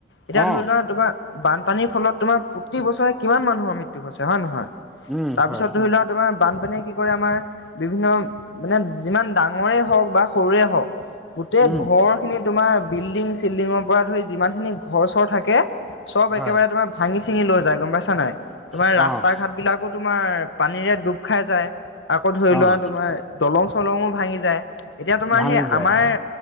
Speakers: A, on the left; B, in the centre.
A: এতিয়া
B: অ',
A: ধৰি লোৱা তোমাৰ বানপানীৰ ফলত তোমাৰ প্ৰতি বছৰে কিমান মানুহৰ মৃত্যু হৈছে হয় নে নহয়?
B: উম,
A: তাৰপিছত
B: হয়,
A: ধৰি লোৱা তোমাৰ বানপানীয়ে কি কৰে আমাৰ বিভিন্ন মানে যিমান ডাঙৰে হওঁক বা সৰুৰে হওঁক, গোটেই
B: উম,
A: ঘৰ খিনি তোমাৰ বিল্ডিং চিল্ডিঙৰ পৰা ধৰি যিমানখিনি ঘৰ চৰ থাকে চব
B: হয়,
A: একেবাৰে তোমাৰ ভাঙি চিঙি লৈ যায় গম পাইছা নাই? তোমাৰ
B: অ',
A: ৰাস্তা ঘাট বিলাকো তোমাৰ পানীৰে ডুব খাই যায় আকৌ ধৰি
B: অ',
A: লোৱা তোমাৰ দলং চলংঙো ভাঙি যায় এতিয়া তোমাৰ
B: ভাঙি
A: সেই
B: যায়
A: আমাৰ
B: হয়,